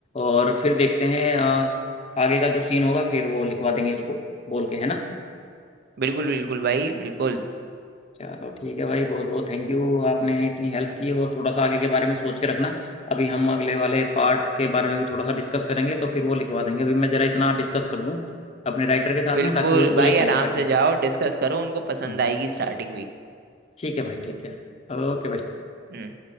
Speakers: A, on the left; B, on the right.
A: और फिर देखते हैं अ, आगे का जो सीन होगा फिर वो लिखवा देंगे उसको बोल के है ना
B: बिल्कुल बिल्कुल भाई बिल्कुल
A: चलो ठीक है भाई बहुत बहुत थैंक यू आपने इतनी हेल्प की और थोड़ा सा आगे के बारे में सोच के रखना अभी हम अगले वाले पार्ट के बारे में भी थोड़ा सा डिस्कस करेंगे तो फिर वो लिखवा देंगे अभी मैं जरा इतना डिस्कस कर दूँ अपने राइटर के साथ
B: बिल्कुल
A: में ताकि वो इसको
B: भाई
A: लिख ले
B: आराम
A: अच्छे
B: से
A: से
B: जाओ डिस्कस करो उनको पसंद
A: हम्म,
B: आएगी स्टार्टिंग भी
A: ठीक है भाई ठीक है ओके भाई
B: हम्म